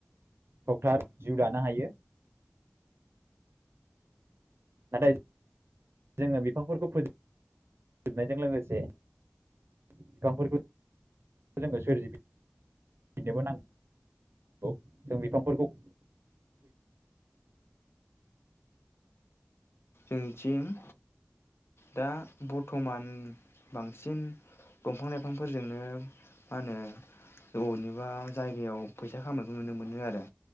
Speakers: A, on the right; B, on the left.
A: थगथा जिउ दानो हायो नाथाय जोङो बिफांफोरखौ फो फोजोबनायजों लोगोसे बिफांफोरखौ जो सोरजिनोबो नांगौ जों बिफांफोरखौ
B: जोंनिथिं दा बरथमान बांसिन दफां लाइफांफोरजोंनो मा होनो बनिबा जायगायाव फैसा खामनायखौ नुनो मोनो आरो